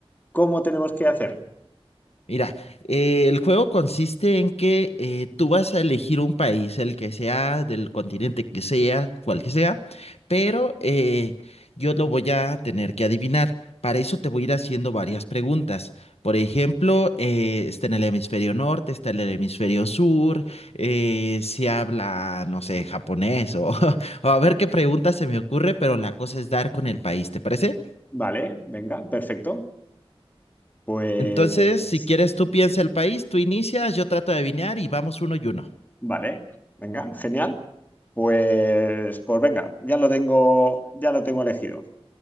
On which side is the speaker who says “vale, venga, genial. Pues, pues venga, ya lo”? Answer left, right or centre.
Left